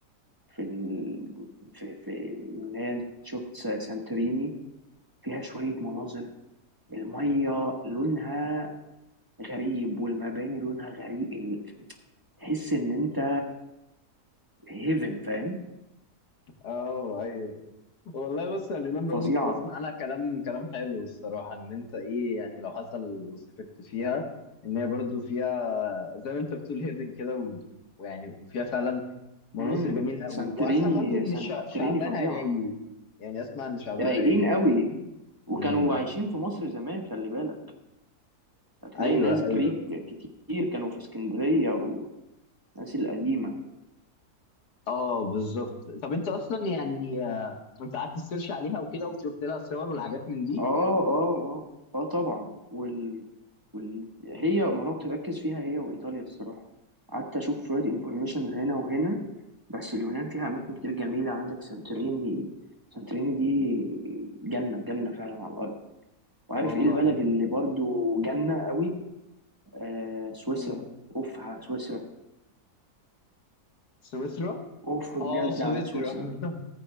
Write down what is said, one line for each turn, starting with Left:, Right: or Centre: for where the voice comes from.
Right: في ال... في في اليونان شفت س- سانتوريني فيها شوية مناظر المية لونها غريب والمباني لونها غريب ال- تحس ان انت هيفن فاهم
Left: اه ايوه والله بص يا اليونان برضو
Right: فظيعة
Left: كنت بسمع عنها كلام كلام حلو الصراحة ان انت ايه يعني لو حصل وسافرت فيها ان هي برضو فيها زي ما انت بتقول هيفن كده و- ويعني وفيها فعلا مناظر
Right: امم
Left: جميلة قوي
Right: سانتوريني
Left: واسمع برضو ان
Right: سانتوريني
Left: شع- شعبها
Right: فظيعة
Left: رايق يعني اسمع ان شعبها
Right: رايقين
Left: رايق
Right: قوي
Left: مش كده
Right: وكانوا
Left: امم
Right: عايشين في مصر زمان خلي بالك هتلاقي
Left: ايوه
Right: ناس
Left: ايوه
Right: جريك كتير كانوا في اسكندرية والناس القديمة
Left: اه بالظبط طب انت اصلا يعني آه، انت قعدت تسيرش عليها وكده وشفت لها صور والحاجات من دي
Right: اه اه اه اه طبعا وال... وال... هي ما انا كنت بركز فيها هي وايطاليا الصراحه قعدت اشوف شويه انفورميشن هنا وهنا بس اليونان فيها اماكن كتير جميله عندك سانتوريني سانتوريني دي جنه جنه فعلا على الارض وعارف
Left: والله
Right: ايه البلد اللي برضو جنه قوي آه سويسرا
Left: ايه
Right: اوف على سويسرا
Left: سويسرا
Right: اوف
Left: اه
Right: بجد
Left: سويسرا
Right: على سويسرا
Left: <laughs>